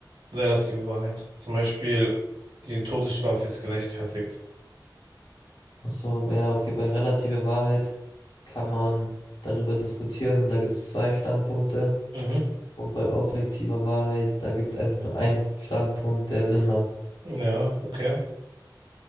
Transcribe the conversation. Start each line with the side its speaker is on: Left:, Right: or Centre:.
Right: relative Wahrheit. Zum Beispiel, die Todesstrafe ist gerechtfertigt.
Left: Achso, aber ja, okay, bei relativer Wahrheit kann man darüber diskutieren und da gibt es zwei Standpunkte.
Right: Mhm.
Left: Und bei objektiver Wahrheit, da gibt es eigentlich nur einen Standpunkt, der Sinn macht.
Right: Ja, okay.